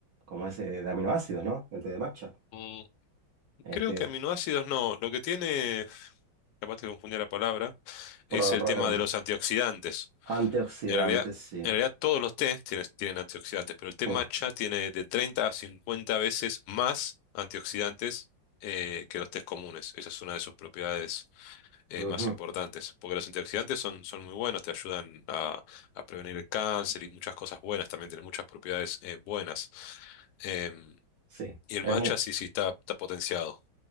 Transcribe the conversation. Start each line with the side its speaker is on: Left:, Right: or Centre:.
Right: Como es eh, de aminoácidos, ¿no? El té de matcha.
Left: Mm,
Right: Este,
Left: Creo que aminoácidos no. Lo que tiene, capaz te confundí la palabra,
Right: proba-
Left: es el
Right: probablemente.
Left: tema de los antioxidantes.
Right: Antioxidantes,
Left: En realidad,
Right: sí.
Left: en realidad todos los tés tienen, tienen antioxidantes, pero el té
Right: Mm,
Left: matcha tiene de 30 a 50 veces más antioxidantes eh, que los tés comunes. Esa es una de sus propiedades eh,
Right: ujú,
Left: más importantes, porque los antioxidantes son, son muy buenos, te ayudan a, a prevenir el cáncer y muchas cosas buenas, también tienen muchas propiedades eh, buenas. Em,
Right: Sí,
Left: y el
Right: es
Left: matcha
Right: muy,
Left: sí, sí, está, está potenciado.